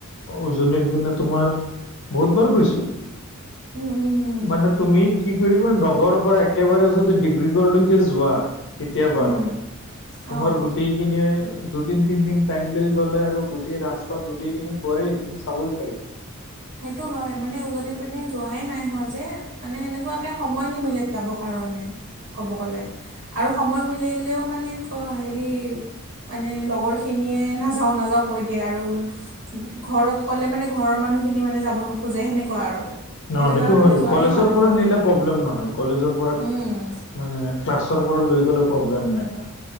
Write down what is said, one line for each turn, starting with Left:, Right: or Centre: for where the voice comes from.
Left: উজনিৰ পিনে তোমাৰ বহুত বাৰ গৈছোঁ,
Right: উম, উম, উম,
Left: মানে তুমি কি কৰিবা নগৰৰ পৰা একেবাৰে যদি ডিব্ৰুগড়লৈকে যোৱা কেতিয়াবা
Right: উম,
Left: আৰু
Right: অ'।
Left: তোমাৰ গো টেইকিনিৰ দুদিন তিনদিন টাইম লৈ গ'লে আৰু গোটেই ৰাস্তাত গোটেইকিনি পৰেই চাবই লাগে।
Right: সেইটো হয় মানে উজনিৰ পিনে যোৱাই নাই হোৱা যে মানে সেনেকুৱাকে সময় নিমিলে যাবৰ কাৰণে ক'ব গ'লে আৰু সময় মিলিলেও মানে হেৰি মানে লগৰখিনিয়ে নাযাওঁ, নাযাওঁ কৈ দিয়ে আৰু ঘৰত ক'লে মানে ঘৰৰ মানুহখিনি মানে যাব নোখোজে সেনেকুৱা আৰু
Left: ন সেইটো
Right: কাৰণে
Left: হয়
Right: যোৱাই
Left: কলেজৰ
Right: হোৱা নাই
Left: পৰা
Right: ক'তো।
Left: নিলে প্ৰব্লেম নহয় কলেজৰ পৰা
Right: উম।
Left: মানে ক্লাছৰ পৰা লৈ গ'লে প্ৰব্লেম নাই আৰু